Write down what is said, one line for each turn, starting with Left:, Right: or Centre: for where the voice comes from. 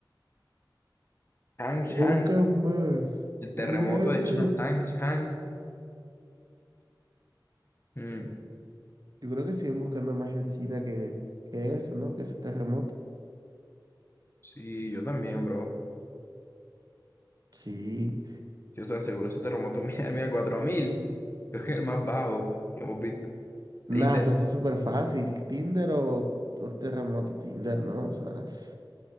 Left: Chang
Right: ¿Qué buscan más?
Left: El terremoto
Right: VIH,
Left: de China- Tangshan. Mm,
Right: Yo creo que siguen buscando más el SIDA que, que eso, ¿no? Que ese terremoto.
Left: sí, yo también, bro.
Right: Sí.
Left: Yo te aseguro, ese terremoto <laughs> mira, mira, 4000. Creo que es el más bajo que hemos visto.
Right: Nada,
Left: Tinder,
Right: está está súper fácil. Tinder o, o terremoto Tinder, ¿no? O sea, es